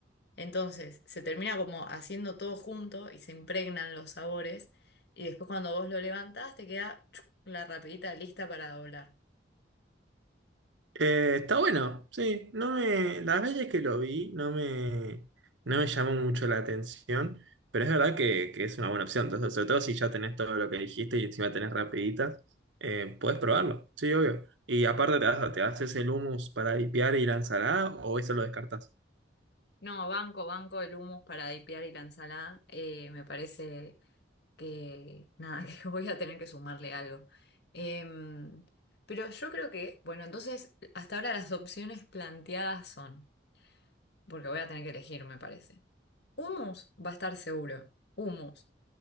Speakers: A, on the left; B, on the right.
A: Entonces se termina como haciendo todo junto y se impregnan los sabores y después cuando vos lo levantás te queda chuc, la rapidita lista para doblar.
B: Eh, está bueno, sí. No me, las veces que lo vi no me, no me llamó mucho la atención, pero es verdad que, que es una buena opción. Entonces, sobre todo si ya tenés todo lo que dijiste y encima tenés rapiditas, eh, podés probarlo, sí, obvio. Y aparte te, ha- te haces el hummus para dipear y la ensalada o eso lo descartás.
A: No, banco, banco el hummus para dipear y la ensalada. Eh, me parece que nada, <laughs> que voy a tener que sumarle algo. Em, pero yo creo que, bueno, entonces hasta ahora las opciones planteadas son, porque voy a tener que elegir, me parece. Humus va a estar seguro. Humus.